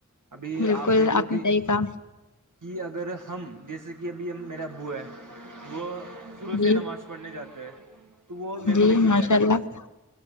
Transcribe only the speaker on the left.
بالکل
نے صحیح کہا
جی
جی
ماشاء
اللہ